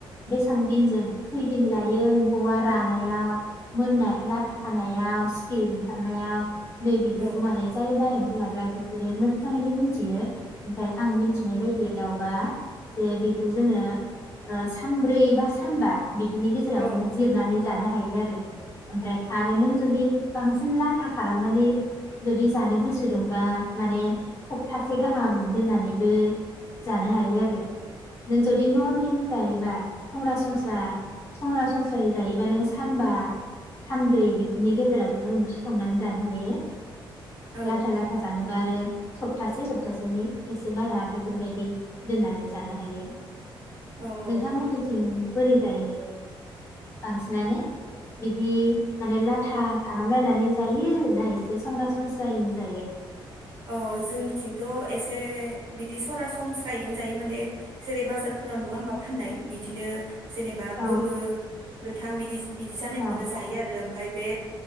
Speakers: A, on the left; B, on the right.
A: बेसेबां दिनजों खैदिन लायो एम्फौआ रानायाव मोननाय लाथा खानायाव सिखिरि ओंखारनायाव नै बेफोरखौ
B: औ
A: माने जाय बा एम्फौ लाग्रा बिसोरो मोजाङैनो मिथियो ओमफ्राय आं मिथिनाय बायदियावबा जे बेखौ जोङो ओ सानब्रै बा सानबा बिदिनि गेजेरावनो
B: औ
A: जिरनानै जानो हायो आरो ओमफ्राय आरो नों जुदि बांसिन ला था खालामनानै जुदि जानो गोसो दंबा माने सप्तासे गाहाम दोननानैबो जानो हायो आरो नों जुदि नरमेलि जायोबा संरासनस्रा संरासनस्रायै जायोबा नों सानबा सानब्रै बेफोरनि गेजेराव ओंख्रि संनानै जानो हायो
B: औ
A: लाथा लाथा जानोबा आरो सप्तासे सप्तासेनि एसे बारा बेफोरबायदि दोननानै जानो हायो
B: औ
A: नोंथांमोननिथिं बोरै जायो बांसिनानो बिदि माने लाथा खालामलायनानै जायो ना एसे से सरासनस्राजायैनो जायो
B: औ जोंनिथिंथ' एसे बिदि सरासनस्रा यैनो जायो माने जेरै बाजारफोराव नुवा होमबा फाननाय बिदिनो जेनेबा
A: औ
B: गोमो गोथां बिदि बिदि जानायखौनो
A: औ ओं
B: जायो आरो ओमफ्राय बे